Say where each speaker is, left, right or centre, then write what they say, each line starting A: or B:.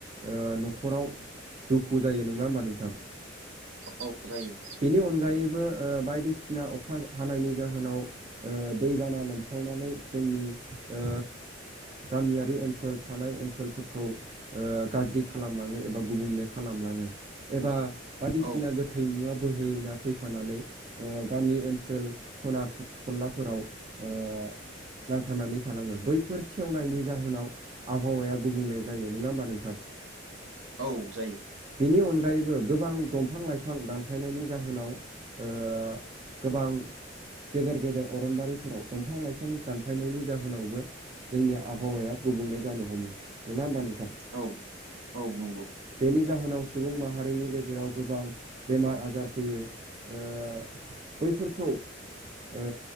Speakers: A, on the right; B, on the right.
A: ओ न'खराव दुखु जायो नङा होमबा नोंथां।
B: औ जायो।
A: बेनि अनगायैबो ओ बायदिसिना अखा हानायनि जाहोनाव ओ दैबाना लोमसावनानै जोंनि ओ गामियारि ओनसोल थानाय ओनसोलफोरखौ ओ गाज्रि खालामलाङो एबा गुबुंले खालामलाङो एबा बादिसिना
B: औ
A: गोथै मुवा बोहैना फैफानानै ओ गामि ओनसोल खना खनलाफोराव ओ नांथानानै थालाङो बैफोर सेवनायनि जाहोनाव आबहावाया गुबुंले जायो। नोङा होमबा नोंथां?
B: औ जायो।
A: बेनि अनगायैबो गोबां दंफां लाइफां दानफायनायनि जाहोनाव ओ गोबां गेदेर गेदेर अरनबारिफोराव दंफां लाइफां दानफायनायनि जाहोनावबो जोंनि आबहावाया गुबुंले जानो हमो नोङा होमबा नोंथां।
B: औ औ नंगौ।
A: बेनि जाहोनाव सुबुं माहारिनि गेजेराव गोबां बेमार आजार फैयो ओ बैफोरखौ ओ